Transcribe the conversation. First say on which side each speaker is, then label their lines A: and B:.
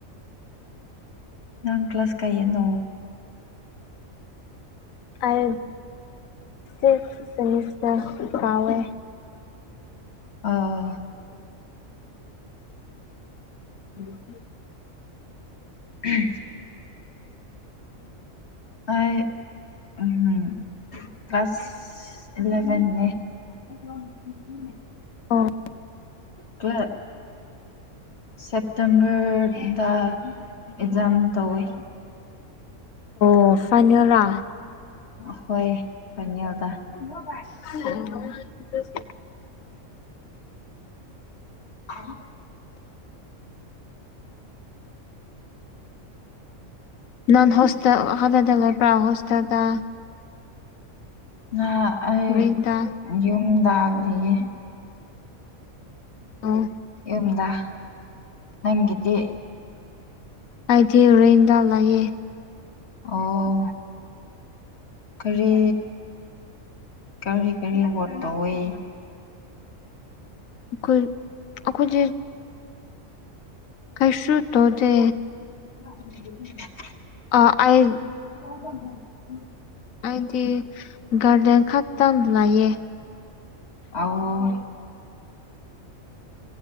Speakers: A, on the left; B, on the left.
A: ꯅꯪ ꯀ꯭ꯂꯥꯁ ꯀꯩꯌꯅꯣ
B: ꯑꯩ ꯁꯤꯛꯁ ꯇꯋꯦꯟꯇꯤꯁꯤꯛꯁ ꯀꯥꯎꯋꯦ
A: ꯑꯥ
B: ꯎꯝ
A: ꯎꯍꯝ ꯑꯩ ꯎꯝꯍꯝ ꯀ꯭ꯂꯥꯁ ꯏꯂꯕꯦꯟꯅꯦ <unintelligible>
B: ꯑꯣ
A: ꯄꯨꯂꯞ ꯁꯦꯞꯇꯦꯝꯕꯔꯗ ꯑꯦꯛꯖꯥꯝ ꯇꯧꯋꯤ
B: ꯑꯣ ꯐꯅꯤꯂꯥ
A: ꯍꯣꯏ ꯐꯅꯤ ꯑꯣꯗ ꯍꯃ ꯥꯏꯦ
B: ꯎꯝ ꯎ
A: ꯎꯝ
B: ꯅꯥꯟ ꯍꯁ ꯍꯂꯗꯂ ꯄ꯭ꯔꯥꯎ ꯍꯁꯗ
A: ꯑ ꯑꯩ
B: ꯔꯦꯟꯗ
A: ꯌꯨꯝꯗꯜꯔꯤꯌꯦ
B: ꯑ
A: ꯍꯨꯝꯗ ꯅꯪꯒꯤꯗꯤ
B: ꯑꯩꯗꯤ ꯔꯦꯟꯗ ꯂꯩꯑꯦ
A: ꯑꯣ ꯀꯔꯤ ꯀꯔꯤ ꯀꯔꯤ ꯕꯣꯠ ꯇꯧꯏ
B: ꯀꯩ ꯑꯩꯈꯣꯏꯖꯦ ꯀꯩꯁꯨ ꯇꯧꯗꯦ
A: <inaudible>
B: ꯑꯥ ꯑꯩ
A: <inaudible>
B: ꯑꯩꯗꯤ ꯒꯥꯔꯗꯦꯟ ꯈꯛꯇꯪ ꯂꯩꯌꯦ
A: ꯑꯥ